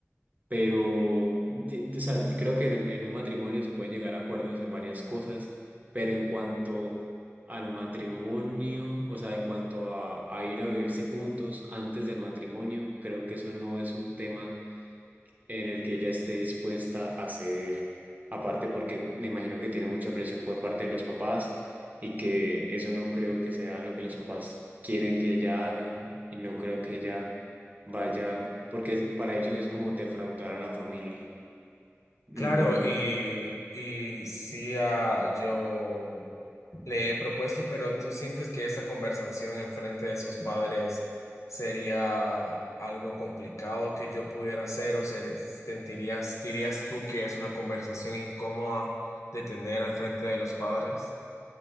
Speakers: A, on the right (about 30°); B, on the left (about 80°).
A: pero de- de- o sea, creo que en, en un matrimonio se pueden llegar a acuerdos en varias cosas, pero en cuanto al matrimonio, o sea, en cuanto a, a ir a vivirse juntos antes del matrimonio, creo que eso no es un tema en el que ella esté dispuesta a ceder. Aparte porque me imagino que tiene mucha presión por parte de los papás y que eso no creo que sea lo que los papás quieren que ella haga y no creo que ella vaya, porque para ellos es como defraudar a la familia. No,
B: Claro, y, y sí, ah, yo le he propuesto, pero ¿tú sientes que esa conversación en frente de sus padres sería algo complicado que yo pudiera hacer o ser- sentirías, dirías tú que es una conversación incómoda de tener al frente de los padres?